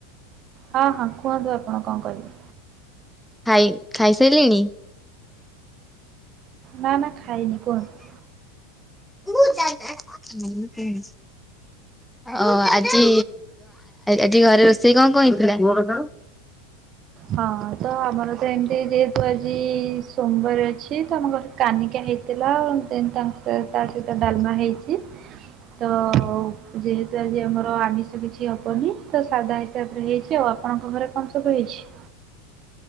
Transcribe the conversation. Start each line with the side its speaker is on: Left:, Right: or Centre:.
Right: ହଁ ହଁ କୁହନ୍ତୁ ଆପଣ କଣ କହିବେ
Centre: ଖାଇ ଖାଇସାଇଲେଣି?
Right: ନା ନା ଖାଇନି, କୁହନ୍ତୁ?
Centre: <unintelligible> ଓ ଆଜି, ଆଜି ଘରେ ରୋଷେଇ କଣ କଣ ହେଇଥିଲା?
Right: ହଁ, ତ ଆମର ତ ଏମିତି ଯେହେତୁ ଆଜି ସୋମବାର ଅଛି, ତ ଆମ ଘରେ କାନିକା ହେଇଥିଲା, ଦେନ୍ ତାଙ୍କ ତା ସହିତ ଡାଲମା ହେଇଚି। ତ, ଯେହେତୁ ଆଜି ଆମର ଆମିଷ କିଛି ହେବନି, ତ ସାଧା ହିସାବରେ ହେଇଚି ଆ। ଆପଣଙ୍କ ଘରେ କଣ ସବୁ ହେଇଛି?